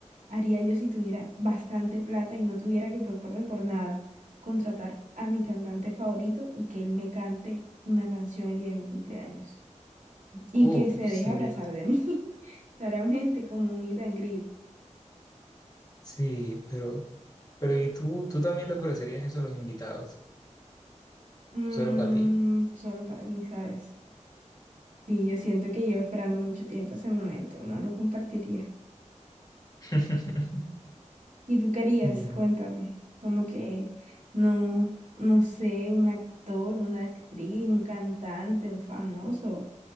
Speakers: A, on the right; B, on the left.
A: haría yo si tuviera bastante plata y no tuviera que preocuparme por nada? Contratar a mi cantante favorito y que él me cante una canción el día de mi cumpleaños. Y
B: uh,
A: que se
B: sí,
A: deje abrazar de mí, <laughs> claramente, como un meet and greet.
B: sí, pero, pero ¿y tú, tú también le ofrecerías eso a los invitados?
A: Mm,
B: ¿O solo para ti?
A: solo para mí, ¿sabes? Sí, yo siento que llevo esperando mucho tiempo ese momento, no lo compartiría.
B: <laughs>
A: ¿Y tú querías?
B: Bueno.
A: Cuéntame. Como que no, no sé, un actor, una actriz, un cantante, un famoso.